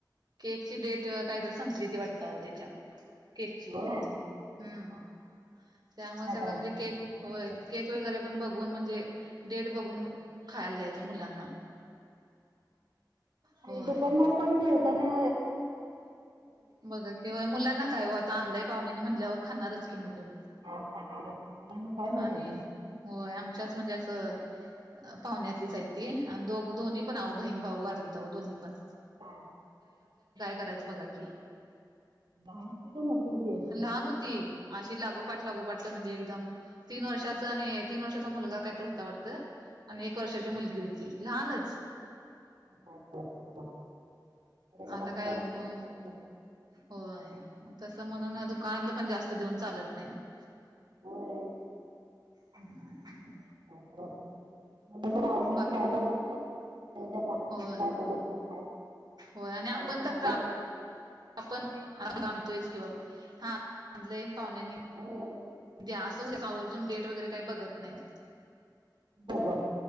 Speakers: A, on the right (about 65°); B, on the right (about 85°).
A: केक ची डेट काहीतरी संपली ती वाटत त्याच्या केकची
B: होय
A: हम्म
B: हा, हा.
A: त्यामुळे
B: काय
A: सगळं
B: करायचं
A: म्हणजे
B: बघा
A: केक
B: आता कसं
A: होय के वगैरे पण बघून म्हणजे डेट बघून खायला द्यायचं मुलांना होय
B: दुकानदार पण ठेवत ना
A: बघा किंय मुलांना काय हो आता आणलाय पाहुण्याने म्हणल्यावर खाणारच की मुलं
B: हा ख मलाना काय मिळत
A: आणि
B: ते
A: होय आमच्याच म्हणजे असं पाहुण्यातलीच आहे ती आणि दो दोन्ही पण आऊ बहीण भाऊ वाढली तरव दो्ही पण
B: हा.
A: करायच बघा की
B: लहान होती का मोठी होती
A: लहान होती. अशी लागोपाट लागोपाट म्हणजे एकदम तीन वर्षाचा आणि तीन वर्षाचा मुलगा काहीत होता वाटत. आणि एक वर्षाची मुलगी होती लहानच.
B: काय करायचं मला अरे लहान
A: आता
B: मुलांना
A: हो
B: काय करायचं.
A: होय मग तसं म्हण ना दुकानातलं पण जास्त देऊन चालत नाही.
B: होय
A: हम् ह ह.
B: म आवडीला
A: वा
B: खायला बघतात त्या पाठी
A: होय
B: काय बघत नाही.
A: होय आणि आपण
B: कायच
A: तर
B: ना.
A: आपण हा बांधतोयच किंवा हा बांधलंय पाहुण्यानी
B: होय.
A: द्या असं होवर्जून डेट वगैरे काही बघत नाही.
B: ब